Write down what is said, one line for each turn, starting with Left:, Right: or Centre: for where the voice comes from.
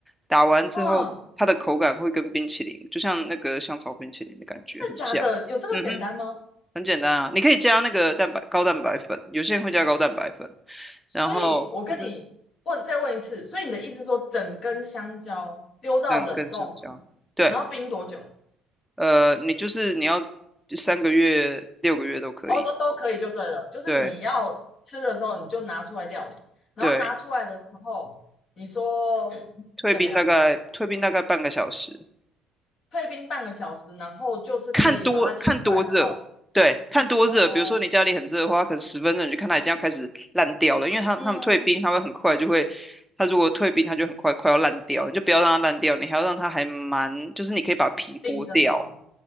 Centre: 打完之后它的口感会跟冰淇淋，
Left: 嗯，
Centre: 就像那个香草冰淇淋的感觉很像。
Left: 真的假的？有这么简单吗？
Centre: 嗯哼，很简单啊，你可以加那个蛋白高蛋白粉，有些人会加高蛋白粉，
Left: 所以，
Centre: 然后嗯哼，
Left: 我跟你问，再问一次，所以你的意思是说，整根香蕉丢到冷冻库，
Centre: 这样跟香蕉，对。
Left: 然后冰多久？
Centre: 呃，你就是你要三个月、六个月都可以。
Left: 哦，都都可以就对了，就是你要吃的时候你就拿出来料理，
Centre: 对
Left: 然后拿出来的时候，
Centre: 对，
Left: 你说
Centre: 退兵大概退兵大概半个小时，
Left: 怎么样？退冰半个小时，然后就是可以把它切块，
Centre: 看多看多热，
Left: 然后
Centre: 对，看多热。
Left: 哦，
Centre: 比如说你家里很热的话，可能十分钟你就看它已经要开始烂掉了，因为他他们退冰，
Left: 嗯，
Centre: 它会很快就会，它如果退冰，它就很快快要烂掉，你就不要让它烂掉，你还要让它还蛮，就是你可以把皮剥掉。
Left: 冰的时候，